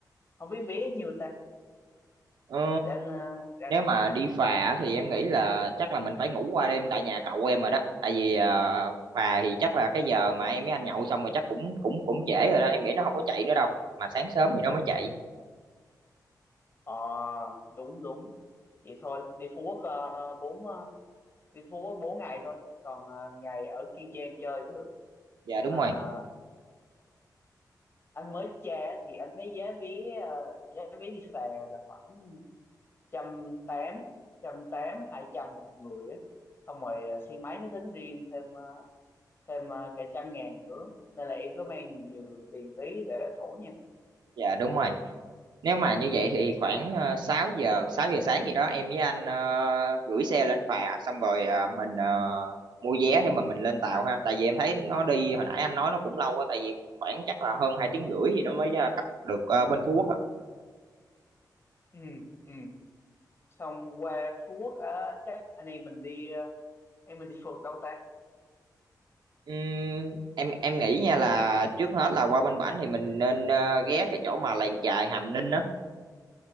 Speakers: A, on the left; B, on the right.
A: không biết vé nhiêu ta
B: Ờ,
A: để anh ờ, để anh
B: nếu mà đi phà thì em nghĩ là chắc là mình phải ngủ qua đêm tại nhà cậu em rồi đó, tại vì ờ, phà thì chắc là cái giờ mà em với anh nhậu xong rồi chắc cũng cũng cũng trễ rồi đó, em nghĩ nó không có chạy nữa đâu, mà sáng sớm thì nó mới chạy.
A: Ờ đúng đúng vậy thôi đi Phú Quốc ờ, bốn ờ, đi Phú Quốc bốn ngày thôi còn ờ, ngày ở Kiên Giang chơi cũng được
B: Dạ đúng
A: À,
B: rồi,
A: anh mới tra thì anh thấy giá vé ờ, giá vé đi phà là khoảng trăm tám trăm tám hai trăm một người á xong rồi ờ, xe máy nó tính riêng thêm ờ, thêm ờ, cả trăm ngàn nữa nên là em cứ mang nhiều nhiều tiền tí để thủ nha
B: dạ đúng rồi. Nếu mà như vậy thì khoảng ờ, 6 giờ, 6 giờ sáng gì đó em với anh ờ, gửi xe lên phà xong rồi ờ, mình ờ, mua vé để mà mình lên tàu ha. Tại vì em thấy nó đi hồi nãy anh nói nó cũng lâu quá tại vì khoảng chắc là hơn 2 tiếng rưỡi thì nó mới ờ, cập được ờ, bên Phú Quốc á.
A: ừ ừ xong qua Phú Quốc á, chắc anh em mình đi ờ, em mình đi phượt đâu ta
B: Ừm, em em nghĩ nha là trước hết là qua bên Bảnh thì mình nên ờ, ghé cái chỗ mà làng chài Hàm Ninh á.